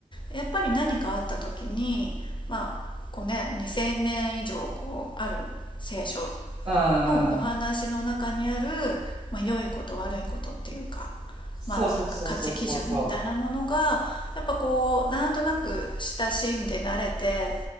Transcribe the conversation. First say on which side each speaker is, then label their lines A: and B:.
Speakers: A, on the left; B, on the right.
A: やっぱり何かあった時にまあこうね2,000年以上こうある聖書
B: う。うんうん。
A: のお話の中にある、まあ、良いこと悪いことっていうか
B: そうそうそうそうそうそう。
A: まあなんか価値基準みたいなものがやっぱこうなんとなく親しんで慣れて